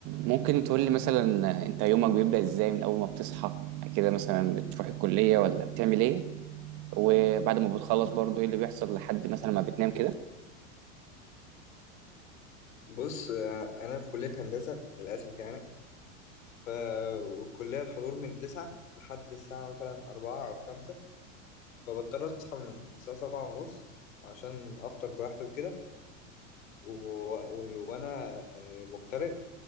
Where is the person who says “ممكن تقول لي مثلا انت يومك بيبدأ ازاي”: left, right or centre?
Right